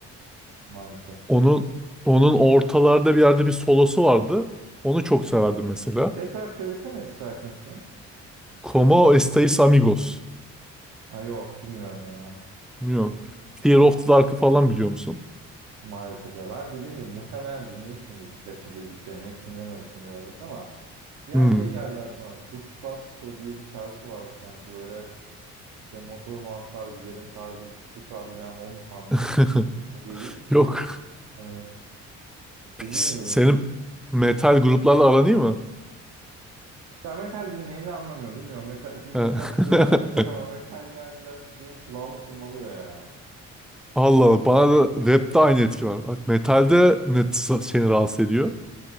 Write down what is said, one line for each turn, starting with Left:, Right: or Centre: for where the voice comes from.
Right: maalesef.
Centre: Onun onun ortalarda bir yerde bir solosu vardı. Onu çok severdim mesela.
Right: Tekrar söylesene eski şarkısını.
Centre: Como Estais Amigos.
Right: Ha, yok bilmiyorum ya.
Centre: Bilmiyorum. Fear of the Dark'ı falan biliyor musun?
Right: Maalesef ya. Ben dediğim gibi muhtemelen dinlemişimdir birkaçını dediklerini. Hepsini dinlememişimdir elbet ama. Yani
Centre: Hmm.
Right: şey geldi aklıma. Gustav diye bir şarkı vardı sanki böyle. İşte motoruma atlar giderim tarzı bir Türkçesi vardı. Bir an o mu sandım?
Centre: <laughs>
Right: O değil.
Centre: Yok.
Right: Ee,
Centre: Peki
Right: dediğim
Centre: senin
Right: gibi.
Centre: metal gruplarla aran iyi mi?
Right: Ya metal dinleyeni anlamıyor. Bilmiyorum metal <laughs> dinlesen
Centre: He.
Right: kusura bakma
Centre: <laughs>
Right: çok ama metal yani birazcık benim kulağımı tırmalıyor ya.
Centre: Allah Allah. Bana da rapte aynı etki var. Metalde ne sa- seni rahatsız ediyor?